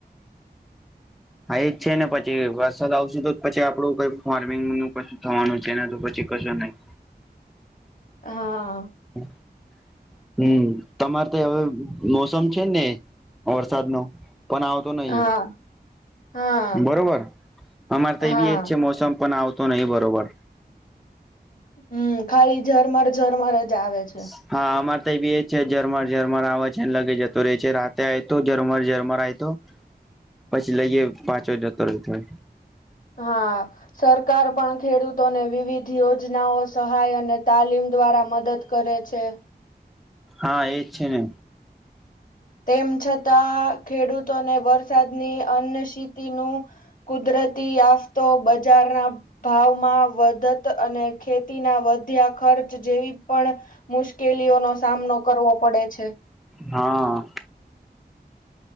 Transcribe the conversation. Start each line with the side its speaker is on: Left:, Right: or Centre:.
Centre: હા એ જ છે ને પછી વરસાદ આવશે તો પછી આપડું કઈ ફાર્મિંગ નું કશું થવાનું છે ને તો પછી કશું નહી.
Left: હા.
Centre: હમ્મ. હમ્મ, તમારે તો હવે મોસમ છે ને વરસાદનો પણ આવ તો નઈ.
Left: હા હા
Centre: બરોબર અમારે તો
Left: હા
Centre: એવી એજ છે મોસમ પણ આવ તો નહિ બરોબર.
Left: હમ્મ, ખાલી ઝરમર ઝરમર જ આવે છે.
Centre: <inaudible> હા અમારે તો બી એ જ છે ઝરમર ઝરમર આવે છેને લગી જતો રહે છે રાતે આય તો ઝરમર ઝરમર આ તો પછી લઈએ પાંચ વા જતો રે એટલે.
Left: હા. સરકાર પણ ખેડૂતોને વિવિધ યોજનાઓ, સહાય અને તાલીમ દ્વારા મદદ કરે છે.
Centre: હા એજ છે ને.
Left: તેમ છતાં ખેડૂતોને વરસાદની અન્ય સીતિનું કુદરતી આફત, બજારના ભાવમાં વધત અને ખેતીના વધ્યા ખર્ચ ચ જેવી પણ મુશ્કેલીઓ નો સામનો કરવો પડે છે.
Centre: હા.